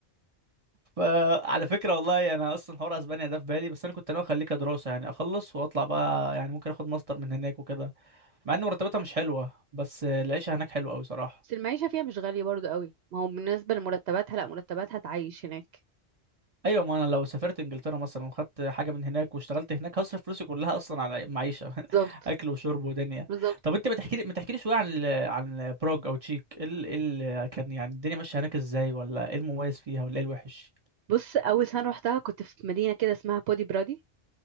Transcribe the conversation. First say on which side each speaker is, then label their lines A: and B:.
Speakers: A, on the right (about 35°); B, on the right (about 70°).
A: فعلى فكره والله انا اصلا حوار اسبانيا ده في بالي بس انا كنت ناوي اخليه كدراسه يعني اخلص واطلع بقى يعني ممكن اخد ماستر من هناك وكده مع ان مرتباتها مش حلوه بس العيشه هناك حلوه قوي صراحه
B: بس المعيشة فيها مش غالية برضو قوي ما هو بالنسبة لمرتباتها لا مرتباتها تعيش هناك
A: ايوه ما انا لو سافرت انجلترا مثلا وخدت حاجه من هناك واشتغلت هناك هصرف فلوسي كلها اصلا على معيشه
B: بالظبط
A: <laughs> اكل وشرب ودنيا
B: بالظبط
A: طب انت ما تحكي لي ما تحكي لي شويه عن ال- عن بروج او تشيك ايه ال... إيه ال... كان يعني الدنيا ماشيه هناك ازاي ولا ايه المميز فيها ولا ايه الوحش
B: بص أول سنة روحتها كنت في مدينة كده اسمها بودي برادي